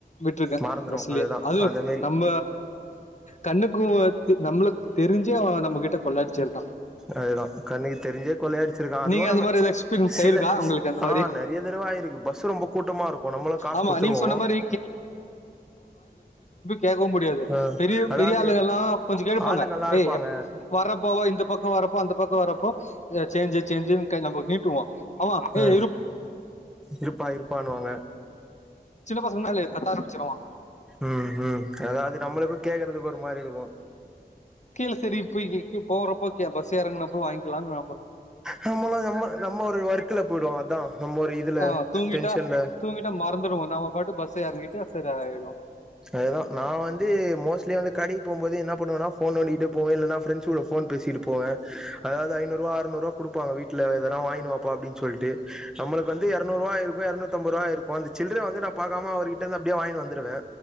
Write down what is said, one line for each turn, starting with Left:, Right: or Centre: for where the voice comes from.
Left: விட்டுருக்கேன்
Centre: மறந்துருவோ
Left: பஸ்லயே
Centre: அதுதா
Left: அதுவும்
Centre: அந்த மாரி
Left: நம்ம கண்ணுக்கும் நம்மளுக்கு தெரிஞ்சே அவன் நம்ம கிட்ட கொள்ளையடிச்சிரான்
Centre: அதுதா கண்ணுக்கு தெரிஞ்சே கொள்ளையடிச்சிருக்கா அதுவு
Left: நீங்க
Centre: நம்ம
Left: அந்த மாதிரி எதாவது எக்ஸ்பீரியன்ஸ்
Centre: சில
Left: ஆயிருக்கா உங்களுக்கு
Centre: சி
Left: அந்த மாதிரி
Centre: ஆ நெறைய தடவ ஆயிருக்கு பஸ்ஸு ரொம்ப கூட்டமா இருக்கு நம்மலா காசு
Left: ஆமா
Centre: குத்துருவோ
Left: நீங்க சொன்ன மாதிரி கேக்கவு முடியாது
Centre: ஆ
Left: அது
Centre: அதாவது
Left: பெரிய ஆளுகெல்லா கொஞ்ச கேட்டுப்பாங்க
Centre: ஆளுங்கல்லா இருப்பாங்க
Left: ஏ வர்றப்ப இந்த பக்க வரப்போ அந்த பக்க வரப்போ சேஞ்சு சேஞ்சுன்னு கை நம்ம நீட்டுவோ அமா ஏ
Centre: ஆ
Left: இரு
Centre: இருப்பா இருப்பானுவாங்க
Left: சின்ன பசங்கனாலே கத்த ஆரம்பிச்சிருவா
Centre: ம் ம் அதா அது நம்மளுக்கு கேக்கறதுக்கு ஒரு மாரி இருக்கு
Left: கீழ சரி இப்ப ய போறப்போ பஸ் எறங்குனப்போ வாங்கிக்லானு
Centre: நம்மளு நம்ம நம்ம ஒரு ஒர்க்குல போயி்டுவோ அதா நம்ம ஒரு இதுல
Left: ஆ, தூங்கிட்டா
Centre: டென்ஷன்ல
Left: தூங்கிட்டா நம்ம பாட்டுக்கு பஸ் எறங்கிட்டு அப்செட் ஆயிரோ
Centre: அததா நா வந்து மோஸ்ட்லி வந்து கடைக்கு போகும்போது என்னா பண்ணுவன்னா ஃபோன் நோண்டிகிட்டே போவே இல்லனா ஃப்ரெண்ட்ஸ் கூட ஃபோன் பேசிட்டு போவே அதாது ஐநூறுவா ஆறுநூறுவா குடுப்பாங்க வீட்ல இதெனா வாங்கிட்டு வாப்பா அப்படின்னு சொல்ட்டு நம்மளுக்கு வந்து எரநூறுவா ஆயிருக்கு எரநூத்தம்பதுருவா ஆயிருக்கு அந்த சில்ரய வந்து நா பாக்காம அவர்கிட்ட இருந்து அப்டியே வாங்கிட்டு வந்துருவே